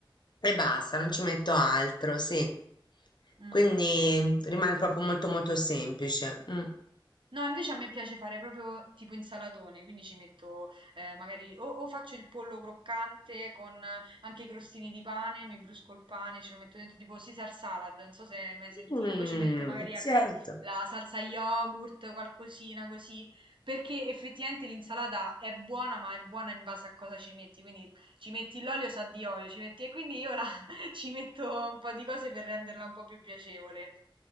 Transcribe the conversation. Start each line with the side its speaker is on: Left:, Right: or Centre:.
Left: E basta, non ci metto altro, sì.
Right: Mm.
Left: Quindi rimane proprio molto molto semplice. Mm.
Right: No, invece a me piace fare proprio tipo insalatone, quindi ci metto eh, magari o, o faccio il pollo croccante con eh, anche i crostini di pane, mi brusco il pane, ce lo metto dentro tipo Caesar salad, non so se hai mai sentito.
Left: Mm,
Right: Poi ci metto magari
Left: certo.
Right: ecco la salsa yogurt, qualcosina così, perché effettivamente l'insalata è buona, ma è buona in base a cosa ci metti, quindi ci metti l'olio sa di olio, ci metti e quindi io la, <laughs> ci metto un po' di cose per renderla un po' più piacevole.